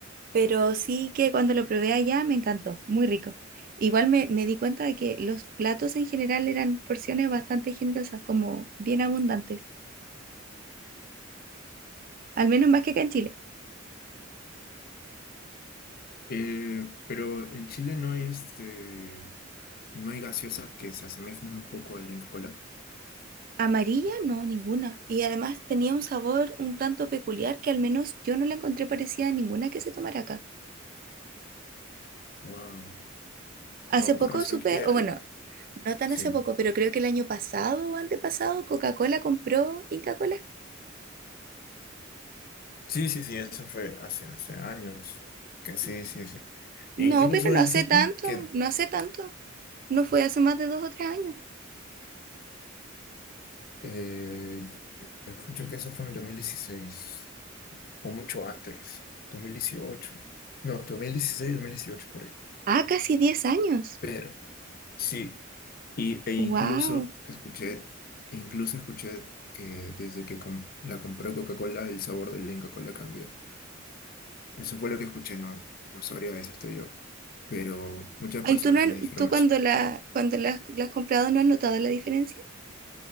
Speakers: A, on the right; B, on the left.
A: pero sí que cuando lo probé allá me encantó, muy rico. Igual me, me di cuenta de que los platos en general eran porciones bastante generosas, como bien abundantes, al menos más que acá en Chile.
B: eh, pero en Chile no hay este, no hay gaseosas que se asemejen un poco a la Inca Kola.
A: Amarilla, no, ninguna. Y además tenía un sabor un tanto peculiar que al menos yo no la encontré parecida a ninguna que se tomara acá.
B: Wow.
A: Hace
B: Wow,
A: poco
B: con razón
A: supe,
B: que
A: o
B: al-
A: bueno, no tan
B: sí.
A: hace poco, pero creo que el año pasado o antepasado Coca-Cola compró Inca-Cola.
B: Sí, sí, sí, eso fue hace, hace años. Que sí, sí, sí.
A: No,
B: E incluso
A: pero no
B: dicen
A: hace tanto,
B: que
A: no hace tanto. No fue hace más de dos o tres años.
B: eh, escucho que eso fue en el 2016, o mucho antes, 2018. No, 2016, 2018 por ahí.
A: Ah, casi 10 años.
B: Pero sí, y, e incluso
A: Wow.
B: escuché, incluso escuché que desde que com- la compró Coca-Cola, el sabor del Inca-Cola cambió. Eso fue lo que escuché, no, no sabría decirte yo, pero muchas
A: Ay,
B: personas
A: ¿tú, no, han-
B: me dijeron
A: tú cuando
B: eso.
A: la, cuando la, la has comprado no has notado la diferencia?